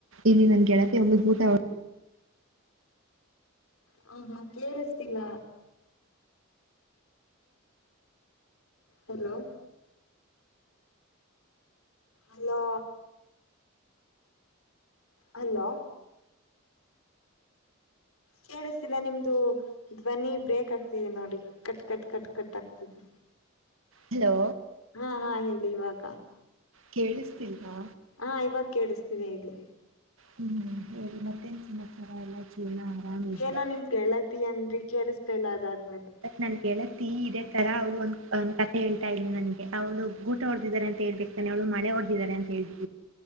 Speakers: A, on the right; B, on the left.
A: ಇಲ್ಲಿ ನನ್ ಗೆಳತಿ ಒಬ್ಬಳು ಗೂಟ ಓಡಿ
B: ಹ ಹಾ ಕೇಳಿಸ್ತಿಲ ಹಲೋ ಅಲೋ ಹಲೋ ಕೇಳಿಸ್ತಿಿಲ್ಲ ನಿಮ್ದು ಧ್ವನಿ ಬ್ರೇಕ್ ಆಗ್ತಿದೆ ನೋಡಿ ಕಟ್ ಕಟ್ ಕಟ್ ಕಟ್ ಆಗ್ತಿದೆ
A: ಹಲೋ
B: ಹಾ ಹಾ ಹೇಳಿ ಇವಾಗ
A: ಕೇಳಿಸ್ತಿಲ್ವ
B: ಹಾ ಇವಾಗ ಕೇಳಿಸ್ತಿದೆ ಹೇಳಿ
A: ಹ್ಮ್ ಹೌದು ಮತ್ತೇನ್ ಸಮಾಚಾರ ಎಲ್ಲ ಜೀವನ ಆರಾಮಿದ್ಯಾ
B: ಏನೋ ನಿಮ್ ಗೆಳತಿ ಅಂದಿ ಕೇಳಿಸ್ತೇ ಇಲ್ಲ ಅದಾದ್ಮೇಲೆ
A: ನನ್ ಗೆಳತಿ ಇದೇ ತರ ಅವ್ಳು ಒಂದ್ ಕತೆೆ ಹೇಳ್ತಾ ಇ ನನ್ಗೆ ಅವ್ಳು ಗುಟ ಹೊಡೆದಿದ್ದಾರೆ ಅಂತ ಹೇಳ್ಬೇಕು ತನಳ ಮಳೆ ಹೊಡೆದಿದಿದ್ದಾರೆ ಅಂತ ಹೇಳ್ಿು